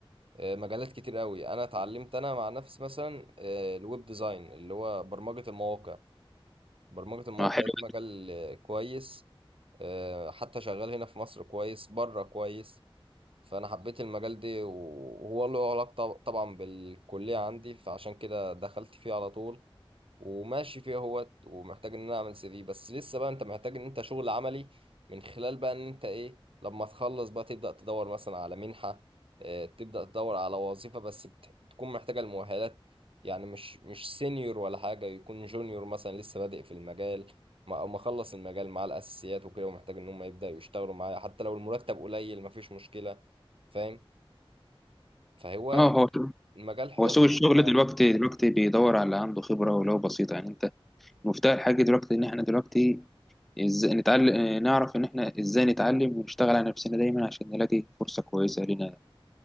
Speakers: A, on the right; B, in the centre.
A: آه، مجالات كتير قوي انا اتعلمت انا مع نفسي مثلا آه، الويب ديزاين اللي هو برمجه المواقع برمجه المواقع
B: اه حلو
A: ده مجال آه، كويس آه، حتى شغال هنا في مصر كويس بره كويس فانا حبيت المجال ده وهو له علاقه طبعا بالكليه عندي فعشان كده دخلت فيه على طول وماشي فيه اهوت ومحتاج ان انا اعمل سي في بس لسه بقى انت محتاج ان انت شغل عملي من خلال بقى ان انت ايه لما تخلص بقى تبدا تدور مثلا على منحه آه، تبدا تدور على وظيفه بس بت- بتكون محتاجه المؤهلات يعني مش مش سينيور ولا حاجه يكون جونيور مثلا لسه بادئ في المجال ما- او مخلص المجال مع الاساسيات وكده ومحتاج ان هم يبداوا يشتغلوا معايا حتى لو المرتب قليل مفيش مشكله فاهم فهو
B: اه هو
A: المجال حلو
B: هو سوق الشغل
A: وبتاع
B: دلوقتي دلوقتي بيدور على اللي عنده خبره ولو بسيطه يعني انت مفتاح الحاجه دلوقتي ان احنا دلوقتي ازاي نتعلم نعرف ان احنا ازاي نتعلم ونشتغل على نفسنا دايما عشان نلاقي فرصه كويسه لنا